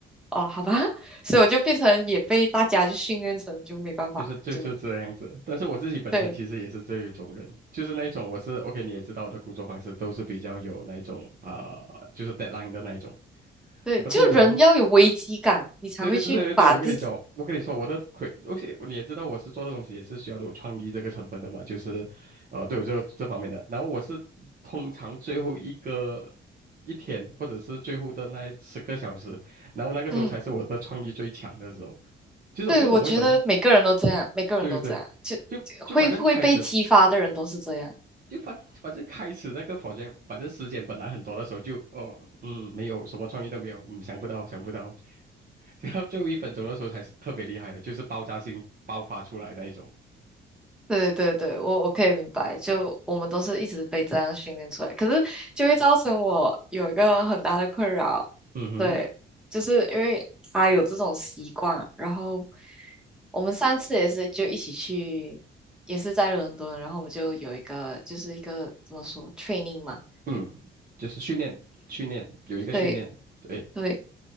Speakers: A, in the centre; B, on the right (about 45°).
A: 哦好吧，所以我就变成也被大家就训练成就没办法，
B: 就是就是这样子。
A: 就
B: 但是我自己本身其实也是这一种人，
A: 对
B: 就是那一种我是 OK，你也知道我的工作方式都是比较有那一种啊、就是 deadline 的那一种。
A: 对，
B: 然后通常
A: 就人要有危机感，你才会去把自己
B: 对对对对对，我跟你讲，我跟你说，我的亏，而且你也知道，我是做的东西也是需要有创意这个成分的嘛，就是，呃，对我这个这方面的。然后我是通常最后一个一天，或者是最后的那十个小时，然后那个时候才是我的创意最强的时候。
A: 嗯。
B: 其实我不懂为什么，
A: 对，我觉得每个人都这样，每个人都这样，
B: 对对对，
A: 就就会会被激发的人都是这样。
B: 就就反正开始。就反反正开始那个房间，反正时间本来很多的时候就，哦，嗯，没有什么创意都没有，嗯，想不到，想不到，<laughs> 然后最后一分钟的时候才是特别厉害的，就是爆炸性爆发出来那一种。
A: 对对对，我我可以明白，就我们都是一直被这样训练出来，可是就会造成我有一个很大的困扰，
B: 嗯哼，
A: 对，就是因为他有这种习惯，然后我们上次也是就一起去，也是在伦敦，然后我们就有一个就是一个怎么说 training 嘛，
B: 嗯，就是训练，训练有一个训练，
A: 对
B: 对，
A: 对，